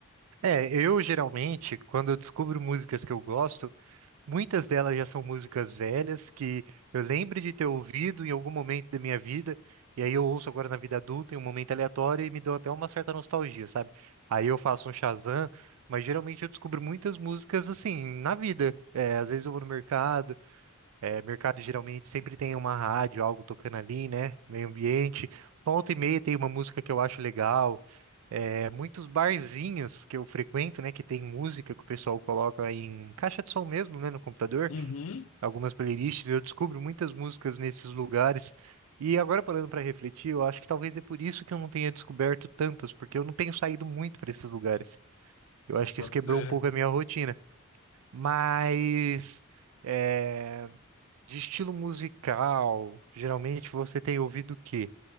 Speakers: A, on the right (about 80°); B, on the left (about 70°).
A: É, eu geralmente, quando eu descubro músicas que eu gosto, muitas delas já são músicas velhas que eu lembro de ter ouvido em algum momento da minha vida, e aí eu ouço agora na vida adulta, em um momento aleatório, e me dão até uma certa nostalgia, sabe? Aí eu faço um Shazam, mas geralmente eu descubro muitas músicas assim, na vida. É, às vezes eu vou no mercado. É, mercado geralmente sempre tem uma rádio, algo tocando ali, né? Meio ambiente. Volta e meia tem uma música que eu acho legal. É, muitos barzinhos que eu frequento, né? Que tem música que o pessoal coloca em caixa de som mesmo, né? No computador.
B: Uhum.
A: Algumas playlists. Eu descubro muitas músicas nesses lugares. E agora parando para refletir, eu acho que talvez é por isso que eu não tenha descoberto tantas, porque eu não tenho saído muito para esses lugares. Eu acho que
B: Pode
A: isso quebrou
B: ser.
A: um pouco a minha rotina. Mas. é, de estilo musical, geralmente você tem ouvido o quê?